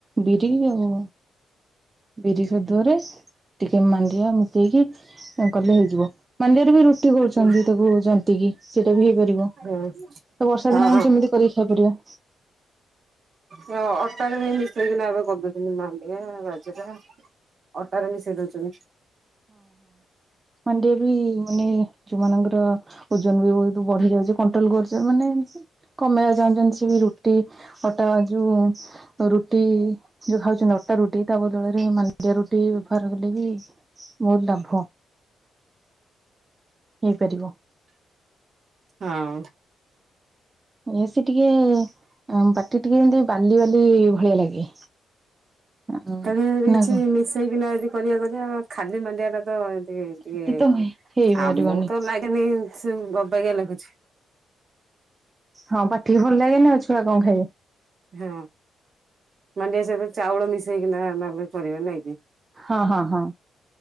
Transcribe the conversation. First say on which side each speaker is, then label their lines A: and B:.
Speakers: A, on the right; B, on the right.
A: ବିରି ଆଉ ବିରି ସଦୁଅରେ ଟିକେ ମାଣ୍ଡିଆ ମିଶେଇକି କଲେ ହେଇଯିବ ମାଣ୍ଡିଆରେ ବି ରୁ ଟି କରୁଛନ୍ତି
B: ହୁଁ
A: ତାକୁ ଜନ୍ତିକିି ସେଇଟା ବି ହେଇପାରିବ।
B: <unintelligible>
A: ତ ବର୍ଷାଦିନେ
B: ହଁ
A: ଆମେ ଯେମିତି କରିକି ଖାଇପାରିବା।
B: ଅ ଅଟାରେ ବି ମିଶେଇକି ନା ଏବେ କରିଛନ୍ତି ମାଣ୍ଡିଆ, ବାଜେରା ଅଟାରେ ମିଶେଇ ଦଇଛନ୍ତି।
A: ମଣ୍ଡିଆ ବି ମାନେ ଯୋଉମାନଙ୍କର ଓଜନ ବି ବହୁତ ବଢିଯାଉଚି କଣ୍ଟ୍ରୋଲ କରୁଚି ମାନେ ଏମତି କମେଇଆ ଚାହୁଁଚନ୍ତି ସିଏ ବି ରୁଟି ଅଟା ଯୋଉ ରୁଟି ଯୋଉ ଖାଉଛନ୍ତି ଅଟା ରୁଟି ତା ବଦଳରେ ମାଣ୍ଡିଆ ରୁଟି ପାର ହେଲେ ବି ମୋର ଲାଭ। ହେଇପାରିବ।
B: ହଁ।
A: ଏସି ଟିକେ ଆଉ ପାଟି ଟିକିଏ ଏତେ ବାଲି ବାଲି ଭଳିଆ ଲାଗେ। ନା
B: ତାହାଲେ କିଛି
A: କଣ
B: ମିଶେଇକି ନା ଏଦି କରିଆ କରିଆ ଖାଲି ମାଣ୍ଡିଆଟା ତ ସେ ଟିକେ
A: ଏତେ ତ ହେଇପାରିବନି।
B: ଆମୁକୁ ତ ଲାଗେନି ସେ ଅବାଗିଆ ଲାଗୁଛି।
A: ହଁ ପାଟିକି ଭଲ ଲାଗେନି ଆଉ ଛୁଆ କଣ ଖାଇବେ।
B: ହଁ ମାଣ୍ଡିଆ ସହିତ ଚାଉଳ ମିଶେଇକି ନା ନ କରିବା ନା କି।
A: ହଁ ହଁ ହଁ।